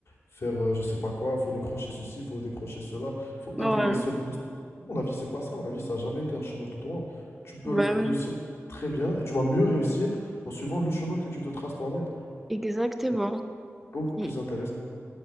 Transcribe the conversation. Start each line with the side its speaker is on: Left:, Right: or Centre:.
Left: faire, euh, je sais pas quoi, il faut décrocher ceci, il faut décrocher cela, il faut
Centre: Ouais,
Left: intégrer ce... Non, la vie, c'est pas ça, la vie, ça n'a jamais été un chemin tout droit. Tu peux
Centre: bah
Left: réussir
Centre: oui,
Left: très bien, et tu vas mieux réussir en suivant le chemin que tu te traces toi-même.
Centre: exactement.
Left: Beaucoup plus
Centre: Mm.
Left: intéressant.